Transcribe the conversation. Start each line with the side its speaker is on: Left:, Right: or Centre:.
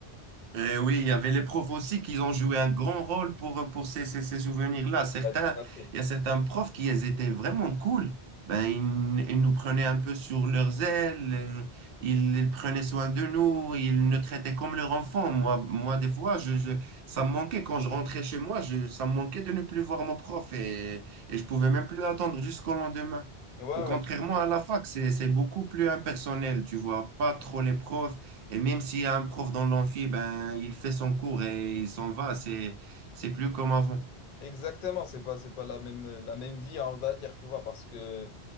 Right: Eh oui, il y avait les profs aussi qui ont joué un grand rôle pour, pour ces, ces, ces souvenirs-là. Certains,
Left: Ouais, tout à fait.
Right: il y a certains profs qui ils étaient vraiment cool. Ben, ils, ils nous prenaient un peu sur leurs ailes, euh, ils, ils prenaient soin de nous, ils nous traitaient comme leurs enfants. Moi, moi des fois, je, je- ça me manquait quand je rentrais chez moi, je, ça me manquait de ne plus voir mon prof et, et je pouvais même plus attendre jusqu'au lendemain.
Left: Ouais,
Right: Contrairement
Left: ouais, c'est
Right: à la fac, c'est, c'est beaucoup plus impersonnel, tu vois pas trop les profs. Et même s'il y a un prof dans l'amphi, ben, il fait son cours et il s'en va. C'est, c'est plus comme avant.
Left: Exactement, c'est pas, c'est pas la même, la même vie, on va dire, tu vois, parce que.